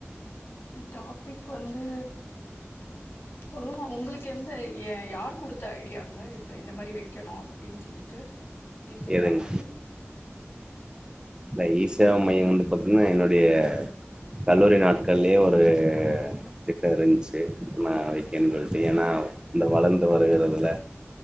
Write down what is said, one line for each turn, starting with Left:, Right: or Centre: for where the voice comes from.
Left: டாப்பிக் வந்து சொல்லுவாங் உங்களுக்கு எந்த ய யார் குடுத்த ஐடியாங்க இப்ப இந்த மாரி வெக்கணு அப்டின் சொல்லிட்டு இ சேவா
Right: எதுங்
Left: மாறி
Right: இந்த இ சேவா மையம் வந்து பாத்தீங்னா என்னுடைய கல்லூரி நாட்கள்லயே ஒரு திட்டொ இருன்ச்சி நா வெக்கன் சொல்ட்டு ஏனா இந்த வளந்து வருகிறதுல